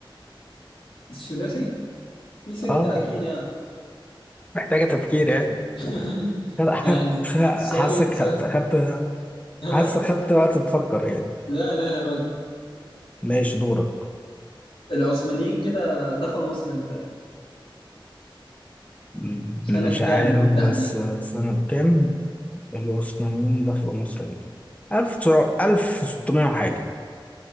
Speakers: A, on the left (about 80°); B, on the left (about 15°).
A: السداسي في ستة
B: اه
A: أكيد يعني
B: محتاجة تفكير يعني
A: <laughs>
B: <laughs>
A: يعني سؤال
B: حاسك
A: سؤال
B: خدت خدت
A: <laughs>
B: حاسك خدت وقت تفكر يعني
A: لا لا يا راجل
B: ماشي دورك
A: العثمانيين كده دخلوا مصر امتى؟
B: م-
A: سنة
B: مش
A: كام
B: عارف
A: بالتحديد؟
B: بس آه، سنة كام العثمانيين دخلوا مصر يعني ألف تسع ألف ستمية وحاجة